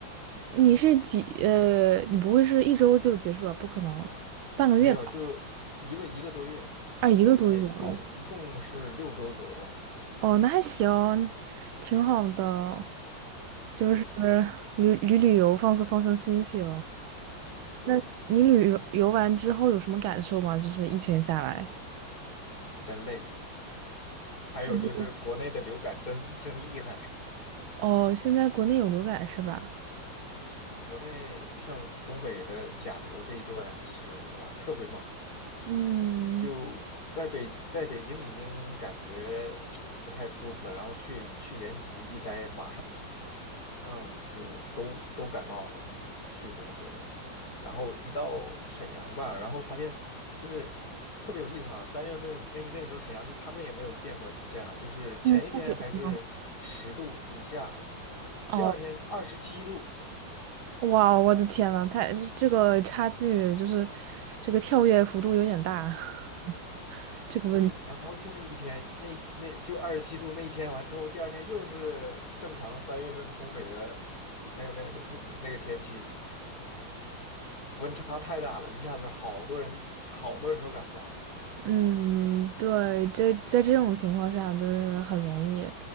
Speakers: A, on the right (about 85°); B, on the left (about 50°).
A: 你是几呃，你不会是一周就结束了？不可能，半个月吧？
B: 没有，就是一个一个多月，
A: 啊，一个多月哦。
B: 一个多月，一共一共是六周左右。
A: 哦，那还行，挺好的，就是
B: 对
A: 旅旅旅游，放松放松心情。
B: 对，
A: 那你旅游游完之后有什么感受吗？就是一圈下来，
B: 真累。还有就是国内的流感真真厉害，
A: 肯定。哦，现在国内有流感是吧？
B: 对国内像东北的甲流这一段是哇特别猛，
A: 嗯，
B: 就在北在北京已经感觉不太舒服了，然后去去延吉一待，马上。嗯，就都都感冒了，嗯去的那些人，然后一到沈阳吧，然后发现就是特别有意思啊。三月份那个那个时候沈阳就他们也没有见过是这样，就是前一天还是十度以下，
A: 嗯，下雪是吗？哦，
B: 第二天二十七度，
A: 哇，我的天呐，太这个差距就是这个跳跃幅度有点大，<laughs> 这个问题。
B: 对，然后就那一天那那就二十七度那一天完之后，第二天又是正常三月份东北的那个那那那那个天气，温差太大了，一下子好多人好多人都感冒，
A: 嗯，对，这在这种情况下就是很容易，